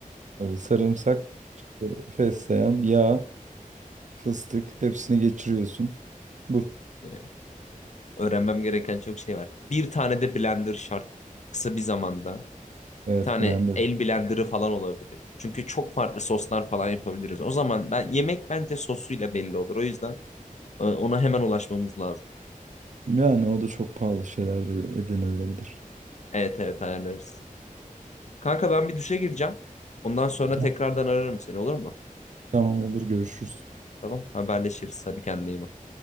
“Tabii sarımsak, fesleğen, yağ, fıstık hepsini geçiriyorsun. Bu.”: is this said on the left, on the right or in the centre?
Right